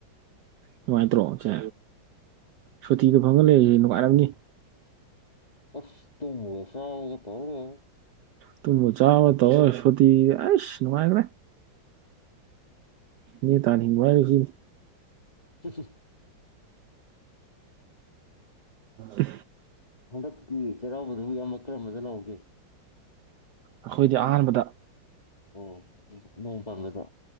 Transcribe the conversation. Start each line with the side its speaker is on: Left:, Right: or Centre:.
Right: ꯅꯨꯡꯉꯥꯏꯇ꯭ꯔꯣ ꯁꯦ ꯁꯨꯇꯤꯗꯣ ꯐꯪꯍꯜꯂꯛꯏꯁꯦ ꯅꯨꯡꯉꯥꯏꯔꯝꯅꯤ
Left: ꯑꯁ ꯇꯨꯝꯕꯒ ꯆꯥꯕꯥ ꯇꯧ ꯂꯩꯔꯦ
Right: ꯇꯨꯝꯃ ꯆꯥꯕ ꯇꯧꯔꯥ ꯁꯨꯇꯤ ꯑꯁ ꯅꯨꯡꯉꯥꯏꯈ꯭ꯔꯦ ꯌꯦ ꯇꯥꯅꯤꯉꯁꯤ
Left: ꯍꯨ ꯍꯨ
Right: ꯑ
Left: ꯍꯗꯛꯀꯤ ꯆꯩꯔꯥꯎꯕꯗꯨꯕꯨ ꯏꯌꯥꯝꯅ ꯀꯔꯝꯕꯗ ꯂꯥꯎꯒꯦ
Right: ꯑꯩꯈꯣꯏꯗꯤ ꯑꯍꯥꯟꯕꯗ
Left: ꯑꯣ ꯅꯣꯡ ꯄꯥꯟꯕꯂꯗ